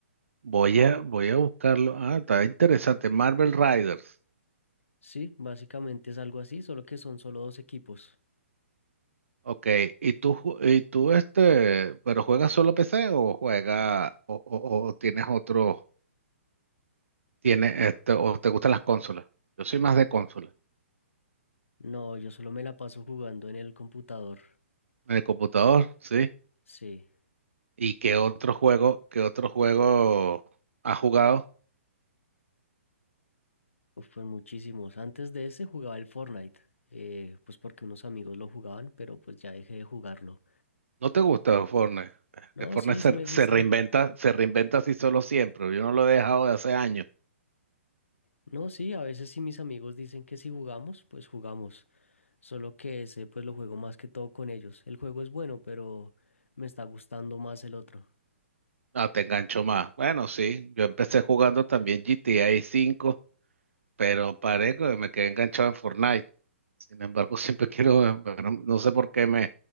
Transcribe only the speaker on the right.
voy a, voy a buscarlo. Ah, está interesante, Marvel Riders.
Ok, ¿y tú, ju- y tú este, pero juegas solo PC o juegas, o, o- o tienes otro, tienes este, o te gustan las consolas? Yo soy más de consola,
de computador, sí.
¿Y qué otro juego, qué otro juego has jugado?
¿No te gusta Fortnite?
Que Fortnite
se,
se
reinventa, se reinventa así solo siempre. Yo no lo he dejado de hace años.
Ah, te engancho más. Bueno, sí, yo empecé jugando también GTA V, pero paré que me quedé enganchado en Fortnite. Sin embargo, <laughs> siempre quiero, pero no sé por qué me,